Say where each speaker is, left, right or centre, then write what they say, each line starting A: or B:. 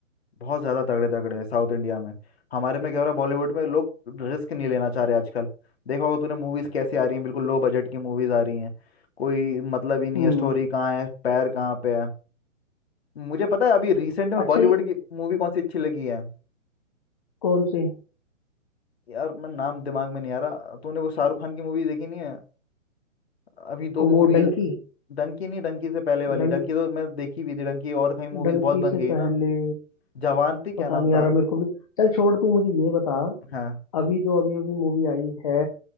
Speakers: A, on the left; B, on the left.
A: बहुत ज़्यादा तगड़े तगड़े हैं साउथ इंडिया में हमारे में क्या हो रहा है बॉलीवुड में लोग रिस्क नहीं लेना चाह रहे आजकल देखा होगा तूने मूवीज़ कैसी आ रही हैं बिल्कुल लो बजट की मूवीज़ आ रही हैं कोई मतलब ही नहीं
B: हम्म
A: है स्टोरी कहाँ है पैर कहाँ पे है मुझे पता है अभी रिसेंट में
B: अच्छा
A: बॉलीवुड
B: ये
A: की मूवी कौन सी अच्छी लगी है
B: कौन से
A: यार मैं नाम दिमाग में नहीं आ रहा तूने वो शाहरुख खान की मूवी देखी नहीं है अभी दो मूवी
B: वो डंकी
A: डंकी नहीं डंकी से पहले वाली
B: डंक
A: डंकी तो मैं देखी भी थी डंकी और कहीं मूवीज
B: डंकी
A: बहुत बन
B: से
A: गई है
B: पहले
A: ना जवान थी क्या
B: पता
A: नाम
B: नहीं
A: था
B: यार मेरे को भी चल छोड़ तू मुझे ये बता
A: हाँ
B: अभी जो अभी अभी मूवी आई है